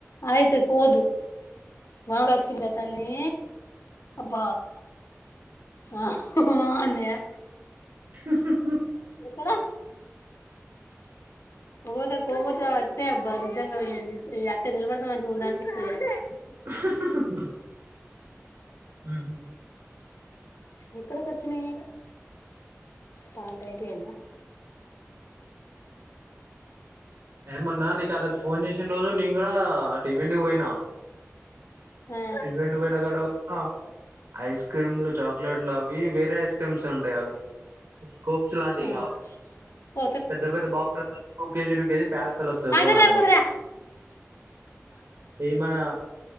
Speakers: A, on the left; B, on the right.
A: అయితది పోవదు బాగా చిన్నది తల్లి అబ్బ హ అన్నయా
B: ఆహ్ హా
A: ఎక్కడ ఒక్కోక్కసారి కోపంవస్తే అంటే, అబ్బా నీజంగా నిలబడితే మంచిగుండు అనిపిస్తది రా
B: <inaudible> ఉహ్
A: ఏక్కడకొచ్చినై తాతయ్యదేన
B: ఏమన్నానీ ఆ రోజు ఫోన్ చేసిన్ రోజు నేను గుడా తీవింటికి పోయిన
A: ఆ
B: టివెంట్ పోయిన కాడా వున్న ఐస్ క్రీమ్లు చాక్లెట్లు అవి వేరే ఐస్ క్రీమ్స్ ఉంటాయి, అవి కోప్స్ లాంటివి
A: ఆ
B: కావ్
A: పో
B: పెద్ద పెద్ద బాక్స్లు కేజీ, టూ కేజీ పార్సల్ వస్తాయి
A: కాల్చేతులు
B: ఒక్కో దాంట్లో
A: కడుకుంద్రా,
B: ఈ మన